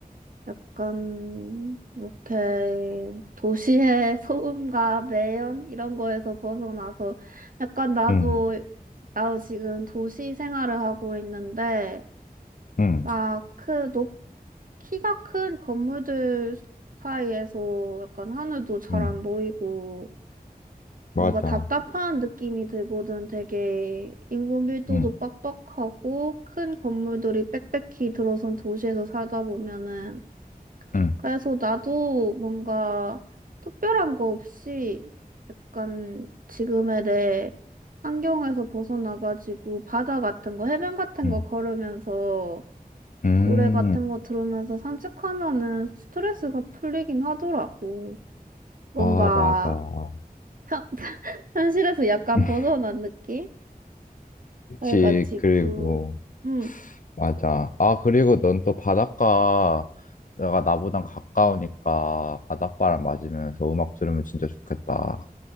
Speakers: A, on the right (about 60°); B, on the left (about 60°).
A: 약간 이렇게 도시의 <laughs> 소음과 매연 이런 거에서 벗어나서 약간 나도
B: 응,
A: 나도 지금 도시 생활을 하고 있는데
B: 응,
A: 막 그 높 키가 큰 건물들 사이에서 약간 하늘도 잘
B: 응,
A: 안 보이고 뭔가
B: 맞아.
A: 답답한 느낌이 들거든. 되게 인구 밀도도
B: 응,
A: 빡빡하고 큰 건물들이 빽빽히 들어선 도시에서 살다 보면은.
B: 응,
A: 그래서 나도 뭔가 특별한 거 없이 약간 지금의 내 환경에서 벗어나가지고 바다 같은 거, 해변 같은
B: 응.
A: 거 걸으면서
B: 음.
A: 노래 같은 거 들으면서 산책하면은 스트레스가 풀리긴 하더라고. 뭔가
B: 아, 맞아.
A: 현, 현실에서 약간
B: <laughs>
A: 벗어난 느낌?
B: 그치,
A: 그래가지고,
B: 그리고,
A: 음,
B: 맞아. 아, 그리고 넌 또 바닷가가 나보단 가까우니까 바닷바람 맞으면서 음악 들으면 진짜 좋겠다.